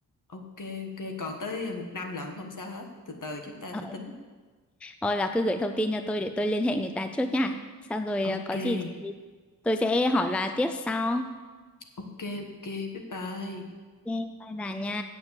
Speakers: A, on the left (about 55°); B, in the centre.
A: ok ok còn tới một năm lận không sao hết từ từ chúng ta
B: ờ.
A: sẽ tính
B: thôi bà cứ gửi thông tin cho tôi để tôi liên hệ người ta trước nha xong rồi
A: ok
B: ờ, có gì thì tôi sẽ hỏi bà tiếp sau
A: ok ok bye bye
B: ok bye bà nha